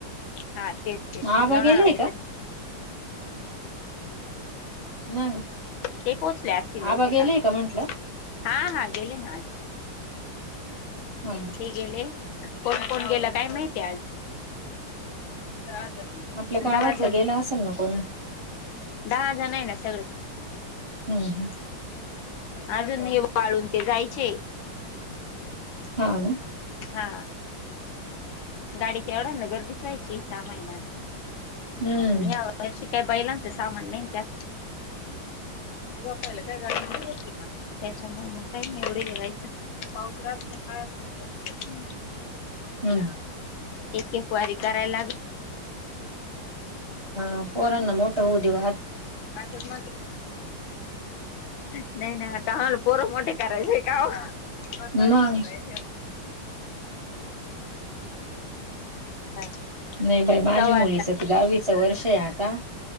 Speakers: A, on the left; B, on the right.
A: हा तेच ते
B: आबा
A: लावणार
B: गेलेय
A: वाडीथ
B: का ना ग
A: ते पोचले असतील बहुतेक
B: आबा गेलेय
A: आता
B: का म्हंटलं
A: हा हा गेले ना आज
B: ह
A: हे गेले कोण कोण गेला काय माहितीय आज दहा जण
B: आपल्या गावातलं
A: दहा जण
B: गेला असेल ना कोणी
A: दहा जण आहे ना सगळे
B: हम्म हम्म
A: अजून वाळून ते जायचे
B: हा ना
A: हा गाडीच्या एवढा ना गर्दीच व्हायची सहा महिन्याला
B: हम्म
A: प या काही बैलांच सामान नाही त्यात पायला काय गाडी नाही होतील माण मग काही नाही एवढे नाही राहायचं पाऊस रात नाही
B: हम्
A: एक एक वायरी कराय लागेल
B: हा पोरण ना मोठं होऊ देव
A: नाही नाही आ तला पोर मोठ कयचे का पर बाड
B: मग
A: हम ह <unintelligible>
B: नाही बाई माझ्या
A: जाऊ
B: मुलीचं
A: आता
B: तर दहावीचं वर्ष आहे आता